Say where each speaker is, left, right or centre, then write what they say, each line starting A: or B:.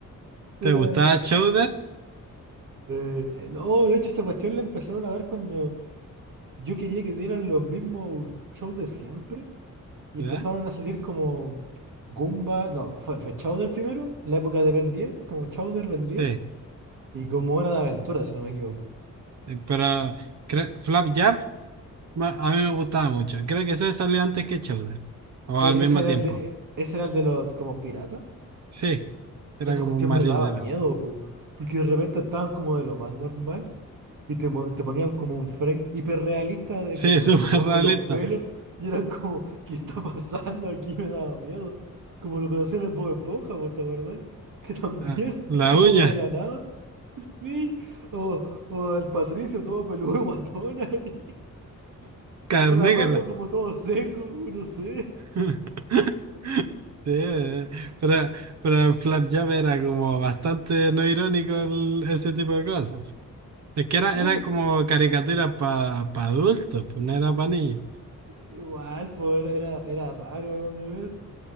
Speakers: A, on the right; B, on the right.
A: ¿Te
B: Era.
A: gustaba Chowder?
B: eh, no, de hecho, esa cuestión la empezaron a dar cuando yo quería que dieran los mismos shows de siempre y
A: ¿Ya?
B: empezaron a salir como Goomba. No, fue, fue Chowder primero, la época de Ben 10, como Chowder, Ben
A: Sí.
B: 10 y como Hora de Aventura, si no me equivoco.
A: Eh, Pero cre- Flapjack ma- a mí me gustaba mucho. Creo que ese salió antes que Chowder. O al
B: E-
A: mismo
B: Ese era
A: tiempo.
B: el de, ese era el de los como piratas.
A: Sí, era
B: Esa
A: como
B: cuestión
A: un marinero.
B: me daba miedo, po, porque de repente estaban como de lo más normal y te, mo- te ponían como un frame hiperrealista de
A: Sí,
B: como
A: <laughs> súper
B: los mocos,
A: realista.
B: los pelos, y era como, ¿qué está pasando aquí? Me daba miedo. Como lo que hacían en Bob Esponja, po, ¿te acordáis? Que también
A: La, la
B: <laughs> era
A: uña.
B: como de la nada. Sí, o, o el Patricio todo peludo y guatón ahí.
A: Carnégala.
B: Calamardo como todo seco, no sé.
A: <laughs> Sí, eh, pero, pero en Flapjab era como bastante no irónico el- ese tipo de cosas. Es que era,
B: <laughs>
A: era como caricatura para adultos, pues no era para niños.
B: Igual, pues era, era raro de ver.